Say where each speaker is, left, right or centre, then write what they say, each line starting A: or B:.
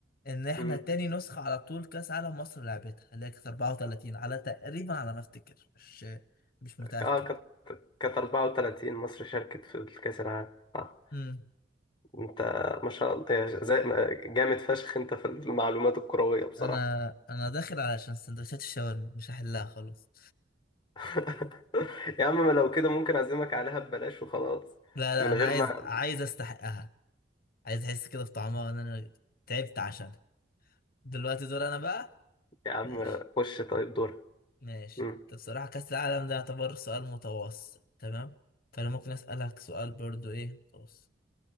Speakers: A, on the left; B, on the left.
A: إن إحنا
B: <laughs> مم.
A: تاني نسخة على طول كأس عالم مصر لعبتها اللي هي كانت 34 على تقريبا على ما أفتكر مش مش متأكد
B: آه كانت كانت 34 مصر شاركت في الكأس العالم آه.
A: مم.
B: أنت ما شاء الله يا ج- زي ما- جامد فشخ أنت في المعلومات الكروية بصراحة
A: أنا أنا داخل علشان سندوتشات الشاورما مش هحلها خلاص
B: <laughs> يا عم ما لو كده ممكن أعزمك عليها ببلاش وخلاص
A: لا لا
B: من
A: أنا
B: غير
A: عايز
B: ما
A: عايز أستحقها عايز أحس كده بطعمها إن أنا تعبت عشانها دلوقتي دور أنا بقى
B: يا عم
A: ماشي
B: خش طيب دور
A: ماشي
B: مم.
A: انت بصراحة كأس العالم ده يعتبر سؤال متوسط تمام فأنا ممكن أسألك سؤال برضو إيه متوسط